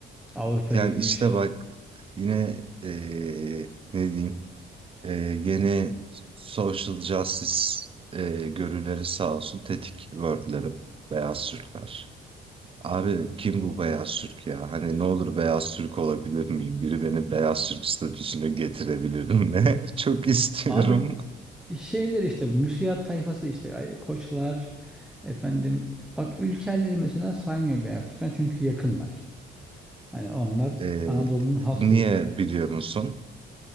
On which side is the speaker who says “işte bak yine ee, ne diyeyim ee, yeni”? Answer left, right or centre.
Right